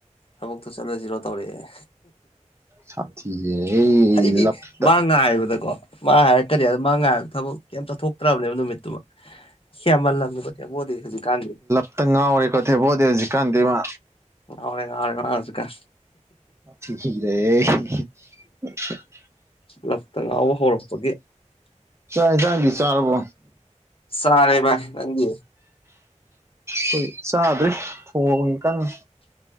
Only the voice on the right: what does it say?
ꯁꯊꯤꯔꯦ
ꯂꯞꯇ
ꯦꯇ ꯉꯥꯎꯔꯦ ꯈꯣꯠꯦꯕꯣꯗꯤ ꯍꯧꯖꯤꯛꯀꯥꯟꯗꯤ ꯃꯥ
<unintelligible>
ꯆ ꯍꯟꯁꯥꯡꯒꯤ ꯆꯥꯔꯕꯣ
ꯍꯣꯏ ꯆꯗ꯭ꯔꯦ ꯍꯣꯡ ꯀꯟꯅ